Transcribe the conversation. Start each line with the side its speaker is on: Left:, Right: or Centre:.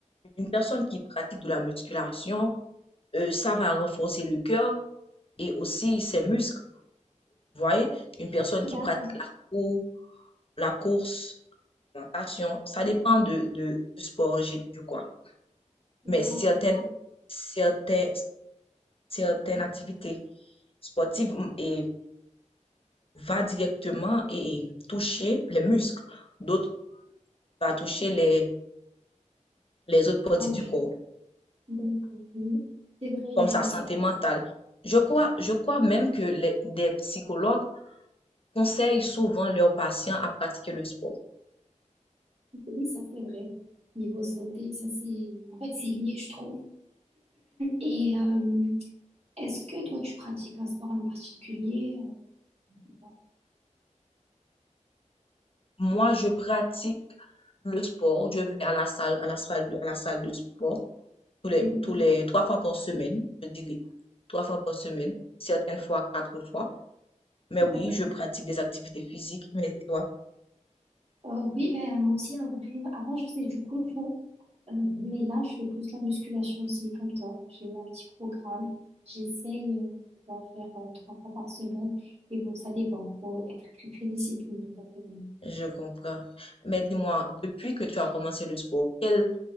Left: Une personne qui pratique de la musculation, euh, ça va renforcer le cœur et aussi ses muscles. Vous voyez, une personne
Right: d'accord,
Left: qui pratique la cour- la course, La passion, ça dépend de, de, du sport, j'ai- du quoi.
Right: d'accord,
Left: Mais certaines,
Right: oui.
Left: certaines, certaines activités sportives mm, et va directement et toucher les muscles. D'autres va toucher les, les autres parties
Right: Donc,
Left: du
Right: je-
Left: corps,
Right: d'accord, oui. C'est vrai, il
Left: comme
Right: y a par
Left: sa
Right: exemple,
Left: santé mentale. Je crois, je crois même que les, des psychologues conseillent souvent leurs patients à pratiquer le sport.
Right: oui, ça c'est vrai. Niveau santé, ça c'est, en fait, c'est lié, je trouve. Et euh, est-ce que toi, tu pratiques un sport en particulier? euh,
Left: Moi, je pratique le sport. Je vais à la salle, à la salle de, à la salle de sport tous les,
Right: Mhm.
Left: tous les trois fois par semaine, je dirais. Trois fois par semaine, certaines fois quatre fois. Mais
Right: D'accord.
Left: oui, je pratique des activités physiques. Mais et toi?
Right: Euh, oui, ben, moi aussi, en vrai, avant, je faisais du kung fu, euh, mais là, je fais plus la musculation aussi, comme toi. J'ai un petit programme. J'essaye euh, d'en faire euh, trois fois par semaine, mais bon, ça dépend. Faut être très, très discipliné, ça, c'est
Left: Je comprends. Mais dis-moi, depuis que tu as commencé le sport, quel,